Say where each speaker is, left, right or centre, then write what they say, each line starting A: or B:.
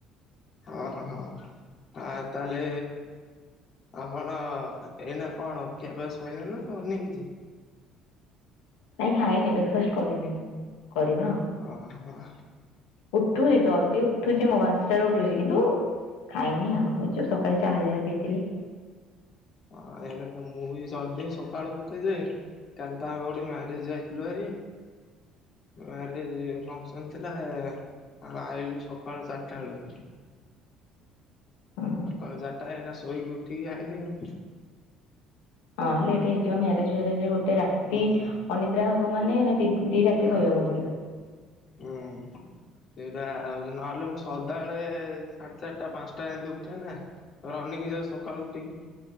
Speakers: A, on the left (about 50°); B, on the left (about 70°).
A: ହହୋ ଆ ତାହେଲେ ଆପଣ ଏଇନା କଣ ଅ ଖିଆପିଆ ସରିଲାନି ନା ସରିନି କିଛି?
B: ନାଇଁ ଖାଇନି, ବ୍ରେକଫାଷ୍ଟ କରନି ମୁଁ। କରିବା ଆଉ।
A: ଓ ହ
B: ଉଠୁଛି ଜଲ୍ଦି ଉଠୁଛି, ମୁଁ ବାଞ୍ଚଟାରୁ ଉଠୁଛି କିନ୍ତୁ ଖାଇନି ଆଉ ଏ ଯୋଉ ସକାଳେ ଯାହା ଯାହା ପିଇ ଥିଲି।
A: ହଁ ଏଲେ ତ ମୁଁ ବି ଚାଲଛି ସକାଳ ଉଠେ ଯେ କାଲି ତ ଆମେ ଗୋଟେ ମ୍ୟାରେଜ ଯାଇଥିଲୁ ହାରି ମାରେଜ ଫଙ୍କସନ ଥିଲା। ଆ ଆଇଲୁ ସକାଳୁ ଚାରିଟା ବେଳୁ
B: ହୁଁ।
A: ଆଉ ସକାଳ ଚାରିଟା, ଏନା ଶୋଇକି ଉଠିକି ଆଇଲି ଆଉ
B: ହଁ ଲେଟ ହେଇଯିବ ମ୍ୟାରେଜ ଫ୍ୟାରେଜ ଗୋଟେ ରାତି
A: ଆଉ।
B: ଅନିଦ୍ରା ହବ ମାନେ ନା ଦି ରାତି
A: ଆଉ
B: ଶୋଇବାକୁ ପଡିବ?
A: ହୁଁ। ସେଇଟା ଆଉ ନହେଲେ ମୁଁ ସଦାଳେ ସାଢେ ଚାରିଟା ପାଞ୍ଚଟା ଏମିତି ଉଠେ ନା। ର ଅନକି ଯାଏ ସକାଳୁ ଉଠିକି।